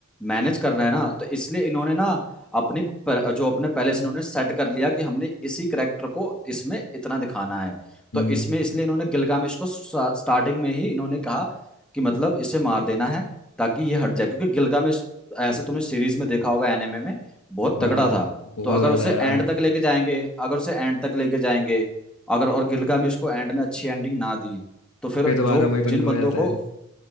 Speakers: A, in the centre; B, on the left.
A: मैनेज करना है ना तो इसलिए इन्होंने ना अपनी पर, जो अपने पहले से इन्होंने सेट कर लिया कि हमने इसी करेक्टर को इसमें इतना दिखाना है
B: हम्म
A: तो इसमें इसलिए इन्होंने गिलगामेश को स्टार्टिंग में ही इन्होंने कहा कि मतलब इसे मार देना है ताकि ये हट जाए क्योंकि गिलगामेश ऐसे तुमने सीरीज में देखा होगा एनिमे में बहुत
B: हाँ
A: तगड़ा था
B: बहुत
A: तो अगर
B: ज्यादा
A: उसे
B: यार
A: एंड तक लेके जाएंगे अगर उसे एंड तक लेके जाएंगे अगर और गिलगामेश को एंड में अच्छी एंडिंग ना दी तो फिर
B: फिर दोबारा
A: जो
B: वही पंगा
A: जिन बंदों
B: हो जाता
A: को
B: है